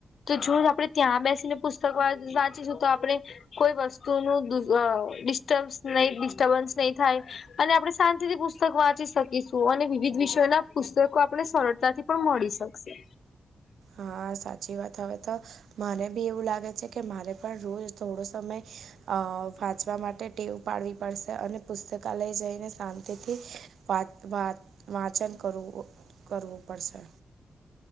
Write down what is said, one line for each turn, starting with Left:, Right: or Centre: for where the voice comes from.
Left: તો જો આપણે ત્યાં બેસીને પુસ્તક વા વાંચીશું તો આપણે. કોઈ વસ્તુ નું ડિસ્ટન ડિસ્ટર્બન્સ નહી થાય. અને આપણે શાંતિથી પુસ પુસ્તક વાંચી શકીશું અને વિવિધ વિષયોના પુસ્તકો આપને સરળતાથી પણ મળી શકશે.
Right: હા સાચી વાત હવે તો મને બી એવું લાગે છે કે મારે. પર રોજ થોડો સમય. અ વાંચવા માટે ટેવ પાડવી પડશે અને પુસ્તકાલય જઈને શાંતિથી. વાત વાત વાચન કરવું કરવું પડશે.